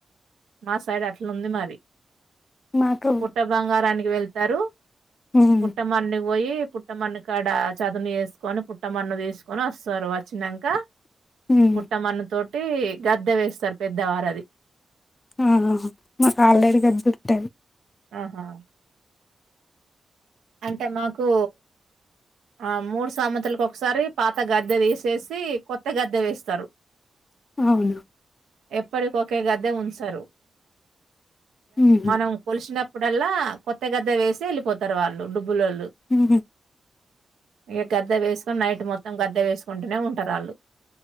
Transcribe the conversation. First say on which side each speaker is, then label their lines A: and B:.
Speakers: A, on the right (about 85°); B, on the left (about 40°).
A: మా సైడ్ అట్లుంది మరి
B: మాకు
A: పుట్ట బంగారానికి వెళ్తారు
B: ఉమ్
A: పుట్టమణుకు పోయి పుట్టమన్ను కాడ చదును చేసుకొని పుట్టమన్ను తీసుకొని వొస్తారు వచ్చినాంక
B: ఉమ్
A: పుట్టమన్ను తోటి గద్దె వేస్తారు పెద్దవారది
B: ఆహా మాకు ఆల్రెడీ గద్ద ఉంటది
A: ఆహా అంటే మాకు ఆ మూడు సామెతలకొక్కసారి పాత గద్దె తీసేసి కొత్త గద్దె తెస్తరు
B: అవునా
A: ఎప్పటికొకే గద్దె ఉంచరు
B: ఉహు
A: మనం కొలిసినప్పుడల్లా కొత్త గద్దె వేసి యెళ్ళిపోతరు వాళ్ళు డుబ్బులోళ్ళు
B: మ్ హూ
A: ఇగ గద్దె తీసుకొని నైట్ మొత్తం గద్దె వేసుకుంటూనే ఉంటారాళ్ళు